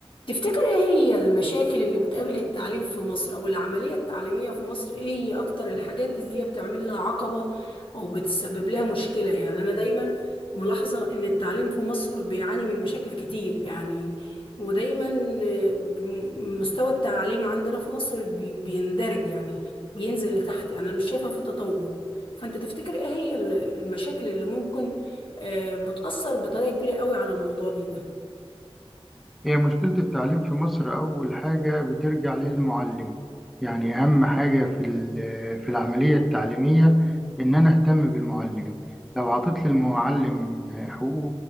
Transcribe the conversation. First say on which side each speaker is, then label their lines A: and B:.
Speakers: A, on the left; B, in the centre.
A: تفتكر ايه هي المشاكل اللي بتقابل التعليم في مصر او العملية التعليمية في مصر ايه هي اكتر الحاجات اللي هي بتعمل لها عقبة او بتسبب لها مشكلة يعني انا دايما ملاحظة ان التعليم في مصر بيعاني من مشاكل كتير يعني ودايما آه، بم- مستوى التعليم عندنا في مصر بي- بيندرج يعني بينزل لتحت يعني انا مش شايفة في تطور فانت تفتكر ايه هي ال- المشاكل اللي ممكن آه، بتأثر بطريقة كبيرة قوي عن الموضوع دي ده
B: هي مشكلة التعليم في مصر أول حاجة بترجع للمعلم يعني أهم حاجة في ال- في العملية التعليمية إن أنا أهتم بالمعلم لو عطيت للمعلم حقوقه